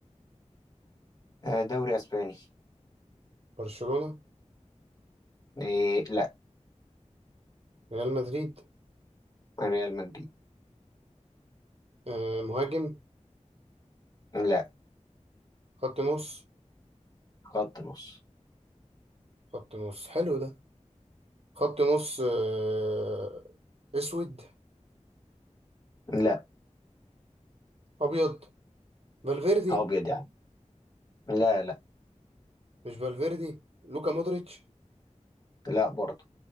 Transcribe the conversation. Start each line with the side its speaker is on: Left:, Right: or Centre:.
Left: آه دوري اسباني
Right: برشلونة
Left: إيه لا
Right: ريال مدريد
Left: ريال مدريد
Right: آه مهاجم
Left: لا
Right: خط نص
Left: خط نص
Right: خط نص حلو ده خط نص آه اسود
Left: لا
Right: ابيض فالفيردي
Left: ابيض يعني لا لا
Right: مش فالفيردي لوكا مودريتش
Left: لا برضه